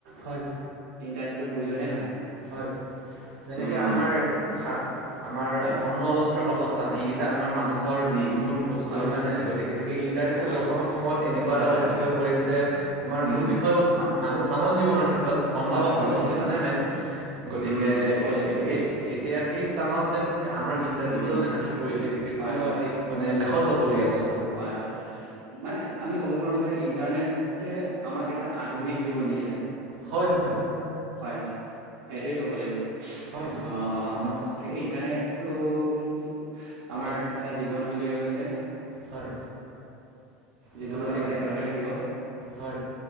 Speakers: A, on the right; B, on the right.
A: হয়
B: ইণ্টাৰনেটৰ প্ৰয়োজনেই হয়।
A: হয়, যেনেকে
B: উম
A: আমাৰ খা আমাৰ
B: হয়
A: অন্নবস্ত্ৰৰ বাসচ এইকেইটা আমাৰ মানুহ হৰ
B: উম
A: মূল বস্তু
B: হয়
A: হয়নে গতিকে ইন্টাৰনেটো
B: ক
A: বৰ্তমান সময়ত এনেকুৱা
B: হয়,
A: এটা
B: হয়,
A: বস্তু
B: হয়,
A: হৈ
B: হয়।
A: পৰিল যে আমাৰ
B: উম,
A: মূল বিষয়বস্তু মানুহ মা <unintelligible> জীৱনৰ ক্ষেত্ৰত অন্ন
B: হয়
A: বস্ত্ৰ
B: হয়- হয় নিশ্চয়-
A: বাসস্থানে
B: নিশ্চয়।
A: মেইন গতিকে-
B: উম, ক'ব লাগিব,
A: গতিকে
B: ক'ব লাগিব।
A: এতিয়া সেই স্থানত যেন আমাৰ ইন ইণ্টাৰনেটটো
B: উম,
A: যেন আহি পৰিছে এইটো
B: হয়, হয়,
A: মানে লেখত ল'ব বলগীয়া কথ
B: হয়, হয় মানে আমি ক'ব পাৰোঁ যে ইণ্টাৰনেটে আমাক এটা আধুনিক জীৱন দিছে।
A: হয়, হয়।
B: হয়, সেইটোৱে ক'ব লাগিব। অ',
A: হয় আমাক
B: তাকেই ইণ্টাৰনেটটো ত' আমাৰ
A: এক
B: এটা জীৱনশৈলী হৈ গৈছ তে
A: হয়,
B: জীৱনৰ
A: এইটো
B: লগত
A: এক
B: একেলগতে থাকিব।
A: হয়